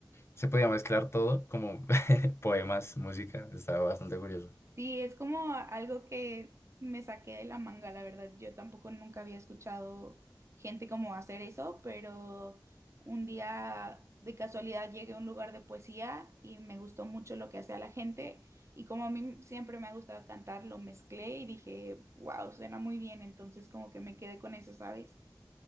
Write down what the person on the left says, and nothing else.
se podía mezclar todo, como <laughs> poemas, música, está bastante curioso.